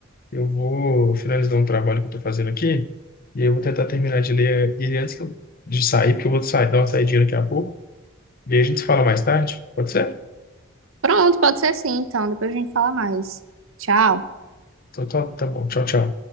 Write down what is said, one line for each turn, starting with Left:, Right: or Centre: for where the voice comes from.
Left: Eu vou finalizar um trabalho que eu tô fazendo aqui. E eu vou tentar terminar de ler ele antes que eu- de sair, porque eu vou sair, dar uma saidinha daqui a pouco. E aí a gente se fala mais tarde, pode ser?
Right: Pronto, pode ser assim, então. Depois a gente fala mais. Tchau.
Left: Então, tá, tá bom. Tchau, tchau.